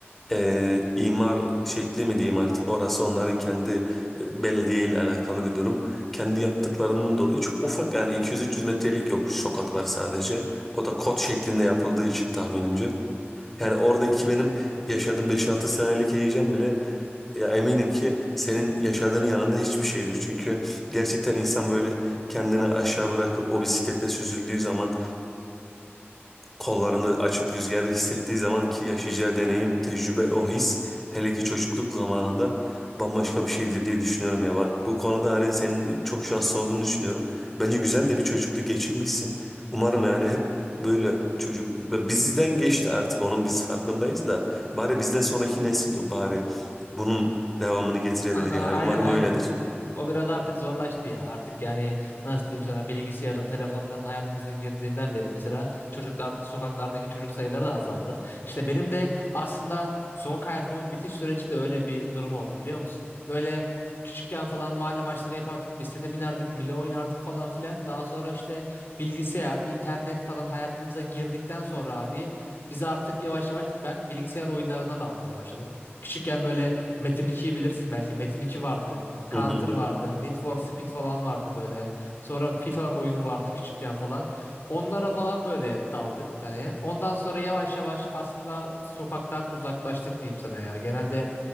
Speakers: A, in the centre; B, on the left.
A: e, imar şekli mi diyeyim artık orası onların kendi e, belediye ile alakalı bir durum. Kendi yaptıklarının dolayı çok ufak yani 200-300 metrelik yokuş sokaklar sadece. O da kot şeklinde yapıldığı için tahminimce. Yani oradaki benim yaşadığım beş-altı senelik heyecan bile ya eminim ki senin yaşadığının yanında hiçbir şeydir. Çünkü gerçekten insan böyle kendini aşağı bırakıp o bisikletle süzüldüğü zaman kollarını açıp rüzgarı hissettiği zaman ki yaşayacağı deneyim, tecrübe, o his hele ki çocukluk zamanında bambaşka bir şeydir diye düşünüyorum ya. Bak bu konuda hani senin çok şanslı olduğunu düşünüyorum. Bence güzel de bir çocukluk geçirmişsin. Umarım yani hep böyle çocuk bizden geçti artık onun biz farkındayız da bari bizden sonraki nesil bari bunun devamını getirebilir
B: A- a-
A: yani umarım
B: aynen aynen.
A: öyledir.
B: O biraz artık zorlaştı ya. Artık yani nasıl diyeyim sana bilgisayarın, telefonların hayatımıza girdiğinden beri mesela çocuklar sokaklardaki çocuk sayıları da azaldı. İşte benim de aslında sokak hayatımın bitiş süreci de öyle bir durum oldu biliyor musun? Böyle küçükken falan mahalle maçları yapardık, bisiklete binerdik, mille oynardık falan filan. Daha sonra işte bilgisayar, internet falan hayatımıza girdikten sonra abi biz artık yavaş yavaş ben bilgisayar oyunlarına dalmaya başladım. Küçükken böyle Metin 2'yi bilirsin belki. Metin 2 vardı. Counter
A: Hı hı.
B: vardı. Need for Speed falan vardı böyle. Sonra FIFA oyunu vardı küçükken falan. Onlara falan böyle daldık hani. Ondan sonra yavaş yavaş aslında sokaktan uzaklaştık diyeyim sana ya. Genelde